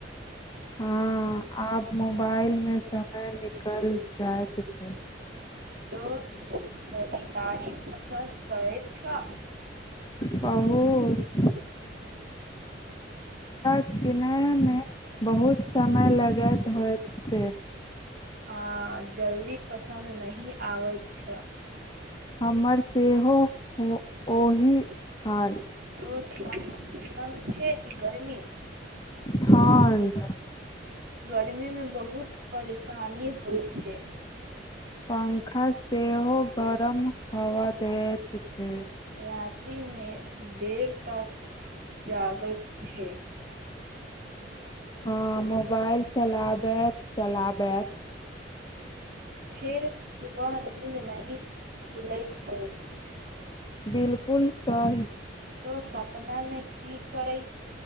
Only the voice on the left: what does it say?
हँ आब मोबाइल मे समय निकल जाइत छै।
बहुत किना। सय लागए ध होत
हमर सेहो ओहि हाल
ठंढ
पंखा सेहो। गरम हवा दैत छै
हँ मोबाइल चलाबैत चलाबैत।
बिलकुल सही